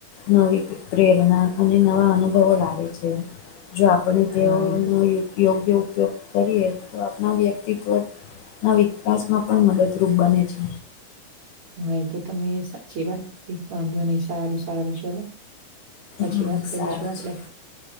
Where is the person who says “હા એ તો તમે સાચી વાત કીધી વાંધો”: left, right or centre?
Right